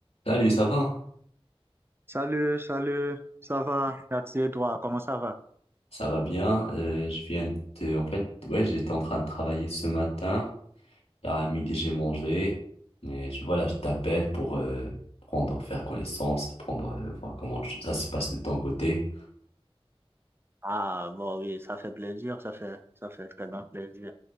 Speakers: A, on the left; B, on the right.
A: Salut, ça va?
B: Salut, salut, ça va? Merci et toi, comment ça va?
A: Ça va bien. euh, je viens de, en fait, ouais, j'étais en train de travailler ce matin. Là, à midi, j'ai mangé. Et je, voilà, je t'appelle pour euh, prendre, faire connaissance, prendre, euh, voir comment tu- ça se passe de ton côté.
B: Ah bon oui, ça fait plaisir, ça fait ça fait très grand plaisir.